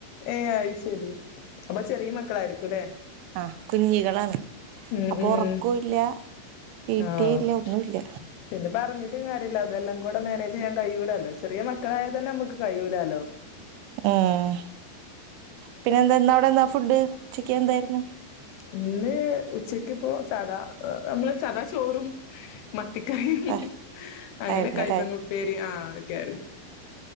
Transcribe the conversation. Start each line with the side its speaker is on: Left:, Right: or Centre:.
Left: ഏയ് അഹ് ശെരി അപ്പൊ ചെറിയ മക്കളായിരിക്കുംല്ലെ?
Right: ആഹ കുഞ്ഞികളാണ്
Left: ഉം
Right: അപ്പൊ
Left: ഉം
Right: ഉറക്കം ഇല്ല. തീറ്റയും
Left: ആഹ്
Right: ഇല്ല ഒന്നുല്ല
Left: പിന്നെ പറഞ്ഞിട്ടും കാര്യയില്ല അതെല്ലാം കൂടെ മാനേജ് ചെയ്യാൻ കഴിയൂലല്ലോ ചെറിയ മക്കളായ തന്നെ നമക്ക് കഴൂലല്ലോ
Right: ഉം പിന്നെ എന്താ ഇന്ന് അവിടെ എന്താ ഫുഡ്? ഉച്ചക്ക് എന്തായിരുന്നു?
Left: ഇന്ന് ഉച്ചക്കിപ്പോ സദാ നമ്മള് സദാ ചോറും മത്തിക്കറീം
Right: ആഹ്
Left: അങ്ങനെ
Right: ആയിരുന്നല്ലേ
Left: കയ്പ്പങ്ങ ഉപ്പേരി ആഹ് അതൊക്കൊയാരുന്നു.